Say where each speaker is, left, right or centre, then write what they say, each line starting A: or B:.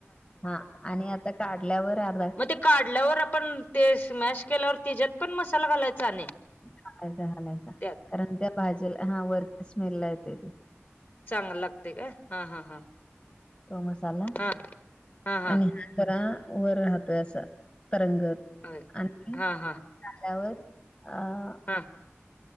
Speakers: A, on the left; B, on the left.
A: हा आणि आता काढल्यावर आ
B: मग ते काढल्यावर आपण ते स्मॅश केल्यावर त्यच्यात पण मसाला घालायचा आणि
A: घालायच घालायचा
B: त्यात
A: कारण त्या भाजीला हा वरच्या स्मेल ला येतोय
B: चांगल लागतय काय हा हा हा
A: तो मसाला
B: हा हा
A: आणि घरा वर राहतोय असा तरंगत
B: हा
A: आणि
B: हा
A: झाल्यावर
B: हा
A: आ
B: हा.